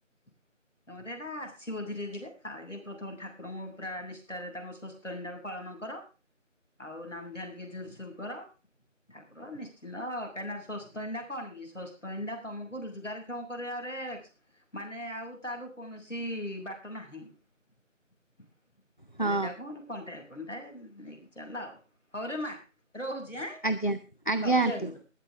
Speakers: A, on the left; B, on the left.
A: <inaudible> ତମର ଏଇଟା ଆସିବ ଧୀରେ ଧୀରେ ଆଗେ ପ୍ରଥମେ ଠାକୁରଙ୍କ ପୁରା ନିଷ୍ଠାରେ ତାଙ୍କ ପାଳନ କର ଆଉ ନାମ ଧ୍ୟାନ ଟିକେ ଜୋର୍ ସୋର୍ କର ଠାକୁର ନିଶ୍ଚିନ୍ତ କାହିଁକି ନା ସ୍ଵସ୍ତିକ ଏଇନା କଣ କି ସ୍ଵସ୍ତିକ ଏଇନା ତମକୁ ରୋଜଗାର କ୍ଷମ କରିବା ମାନେ ଆଉ ତା ଠାରୁ କୌଣସି ବାଟ ନାହିଁ। <inaudible> ତିନିଟା
B: ହଁ
A: କୁନ କଣ୍ଟାଏ କଣ୍ଟାଏ ନେଇକି ଚାଲ ଆଉ ହଉରେ ମା ରହୁଛି ଆଁ।
B: ଆଜ୍ଞା ଆଜ୍ଞା
A: ହଉ ଜୟଗୁରୁ।
B: ଆଣ୍ଟି